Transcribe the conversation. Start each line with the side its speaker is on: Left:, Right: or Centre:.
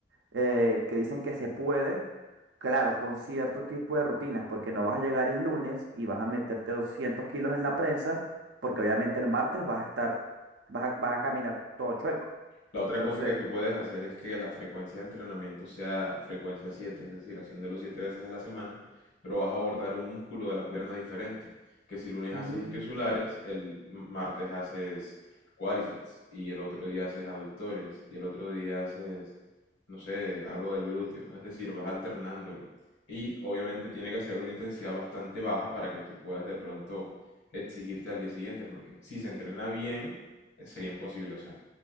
Right: eh, que dicen que se puede, claro, con cierto tipo de rutinas, porque no vas a llegar el lunes y vas a meterte 200 kilos en la prensa, porque obviamente el martes vas a estar, vas a, vas a caminar todo chueco.
Left: La otra
Right: Entonces,
Left: cosa que tú puedes hacer es que la frecuencia de entrenamiento sea frecuencia 7, es decir, haciéndolo 7 veces a la semana, pero vas a abordar un músculo de la pierna diferente, que si lunes
Right: mm,
Left: haces isquiosulares, el martes haces cuádriceps y el otro día haces aductores y el otro día haces, no sé, algo del glúteo, ¿no? es decir, vas alternándolo. Y obviamente tiene que ser una intensidad bastante baja para que tú puedas de pronto exigirte al día siguiente, porque si se entrena bien, eh, sería imposible, o sea.